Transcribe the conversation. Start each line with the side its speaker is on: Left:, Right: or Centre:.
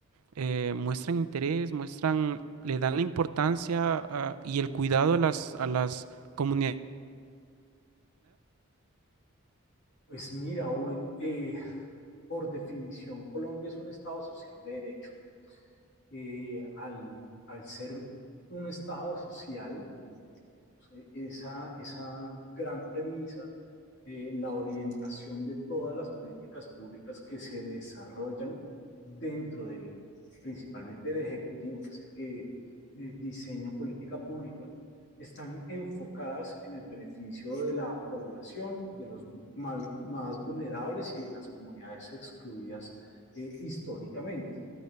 Right: eh, muestran interés, muestran, le dan la importancia a- y el cuidado a las, a las comunidades.
Left: Pues mira, Owen, eh, por definición, Colombia es un estado social de derecho eh, al, al ser un estado social, como no sé, esa, esa gran premisa, eh, la orientación de todas las políticas públicas que se desarrollan dentro del, principalmente del Ejecutivo, que es el que eh, diseña política pública, están enfocadas en el beneficio de la población, de los mal- más vulnerables y de las comunidades excluidas eh, históricamente.